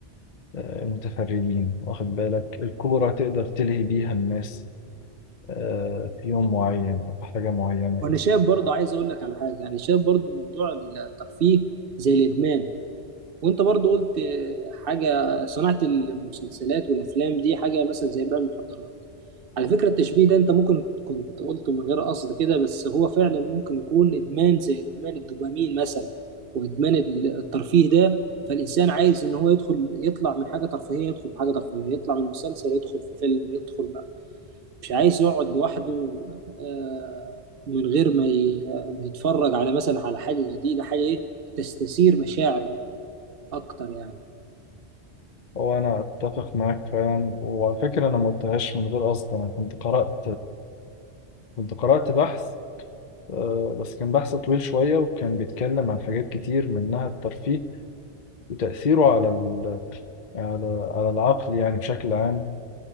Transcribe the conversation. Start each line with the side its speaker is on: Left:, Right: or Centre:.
Left: آه، المتفرجين واخد بالك الكورة تقدر تلهي بيها الناس آه، في يوم معين أو في حاجة معينة
Right: وأنا شايف برضو عايز أقول لك على حاجة أنا شايف برضو موضوع الترفيه زي الإدمان وانت برضو قلت حاجة صناعة المسلسلات والافلام دي حاجة مثلا زي بيع المخدرات على فكرة التشبيه ده انت ممكن كنت قلته من غير قصد كده بس هو فعلا ممكن يكون ادمان زي ادمان الدوبامين مثلا وادمان الترفيه ده فالانسان عايز ان هو يدخل يطلع من حاجة ترفيهية يدخل في حاجة ترفيهية يطلع من مسلسل يدخل في فيلم يدخل مش عايز يقعد لوحده آه، من غير ما ي- ما يتفرج على مثلا على حاجة جديدة حاجة ايه تستثير مشاعره اكتر يعني
Left: هو انا اتفق معاك فعلا وعلى فكره انا ما قلتهاش من غير قصد انا كنت قرات كنت قرات بحث آه، بس كان بحث طويل شويه وكان بيتكلم عن حاجات كتير منها الترفيه وتاثيره على ال... على على العقل يعني بشكل عام